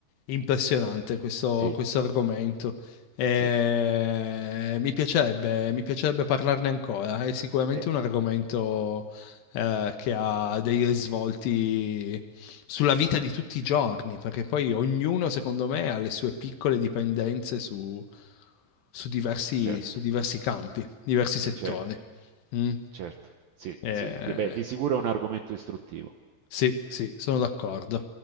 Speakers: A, on the left; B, on the right.
A: Impressionante questo,
B: Sì,
A: questo argomento. Eh,
B: sì,
A: mi piacerebbe, mi piacerebbe parlarne ancora. È sicuramente
B: eh,
A: un argomento eh, che ha dei risvolti sulla vita di tutti i giorni, perché poi ognuno, secondo me, ha le sue piccole dipendenze su, su diversi,
B: certo,
A: su diversi campi, diversi settori.
B: certo.
A: Mm.
B: Certo, sì,
A: Eh,
B: sì, di, beh, di sicuro è un argomento istruttivo.
A: sì, sì, sono d'accordo.